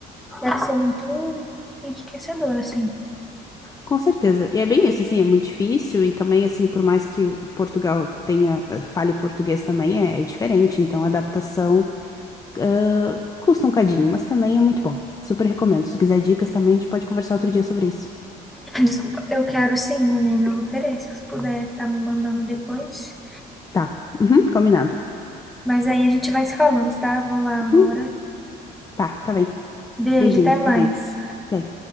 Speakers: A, in the centre; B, on the left.
A: deve ser muito enriquecedor, assim.
B: Com certeza. E é bem isso, assim, é muito difícil e também, assim, por mais que Portugal tenha, eh, fale português também, é, é diferente. Então, a adaptação Ah, custa um cadinho, mas também é muito bom. Super recomendo. Se tu quiser dicas também, a gente pode conversar outro dia sobre isso.
A: <laughs> Desculpa, eu quero sim, menina, eu vou querer. Se você puder, tá me mandando depois.
B: Tá. Uhum, combinado.
A: Mas aí a gente vai se falando, tá? Vou lá agora.
B: Uhum, tá, tá bem.
A: Beijo,
B: Beijinho,
A: até
B: fica
A: mais.
B: bem. Até.